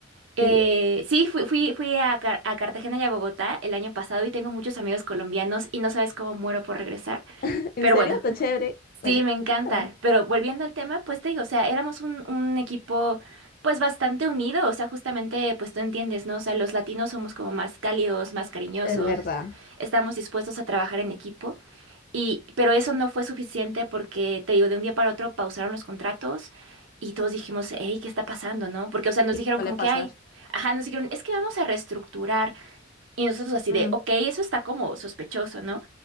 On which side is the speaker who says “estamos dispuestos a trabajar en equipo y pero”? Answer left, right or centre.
Right